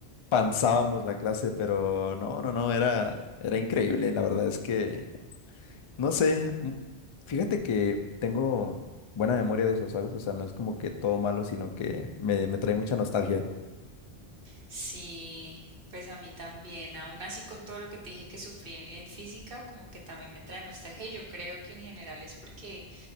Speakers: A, on the left; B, on the right.
A: pansábamos la clase, pero no, no, no, era, era increíble. La verdad es que, no sé, m- fíjate que tengo buena memoria de eso, ¿sabes? O sea, no es como que todo malo, sino que me, me trae mucha nostalgia.
B: Sí, pues a mí también. Aún así con todo lo que te dije que sufrí en física, como que también me trae nostalgia. Y yo creo que en general es porque